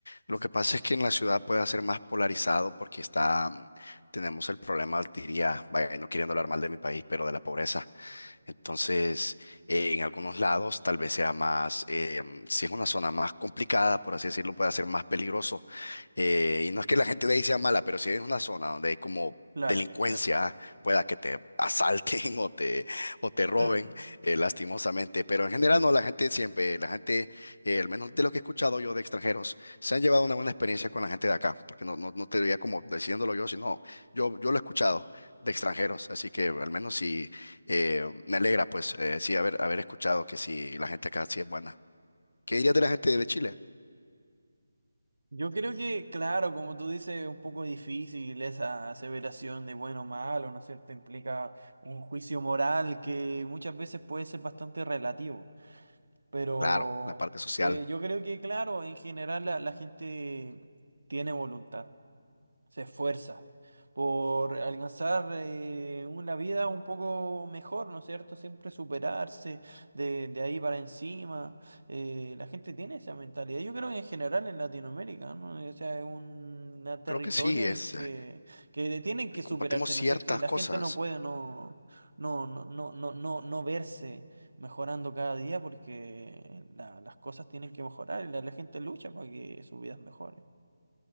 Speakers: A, on the left (about 75°); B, on the right (about 85°).
A: Lo que pasa es que en la ciudad puede ser más polarizado porque está, mm, tenemos el problema, diría, vaya, no queriendo hablar mal de mi país, pero de la pobreza. Entonces, eh, en algunos lados tal vez sea más, eh, si es una zona más complicada, por así decirlo, puede ser más peligroso. Eh, y no es que la gente de ahí sea mala, pero si es una zona donde hay como
B: Claro,
A: delincuencia,
B: claro.
A: pueda que te asalten <laughs> o te, o te roben,
B: <clears throat>
A: eh, lastimosamente. Pero en general no, la gente siempre, la gente, eh, al menos de lo que he escuchado yo de extranjeros, se han llevado una buena experiencia con la gente de acá, porque no, no, no te diría como diciéndolo yo, sino yo, yo lo he escuchado de extranjeros, así que al menos si eh, me alegra, pues, eh, sí, haber, haber escuchado que sí, la gente acá sí es buena. ¿Qué dirías de la gente de Chile?
B: Yo creo que, claro, como tú dices, es un poco difícil esa aseveración de bueno o malo, ¿no es cierto? Implica un juicio moral que muchas veces puede ser bastante relativo. Pero
A: Claro, la parte social.
B: eh, yo creo que, claro, en general la, la gente tiene voluntad se esfuerza por alcanzar eh, una vida un poco mejor, ¿no es cierto? Siempre superarse de, de ahí para encima. Eh, la gente tiene esa mentalidad. Yo creo que en general en Latinoamérica, ¿no? O sea, es un una territorio
A: Creo que sí, es,
B: en que,
A: eh,
B: que tienen que superarse,
A: compartimos ciertas
B: ¿no es cierto? Y la
A: cosas.
B: gente no puede no, no, no, no, no, no, no verse mejorando cada día porque la- las cosas tienen que mejorar y la, la gente lucha para que sus vidas mejoren.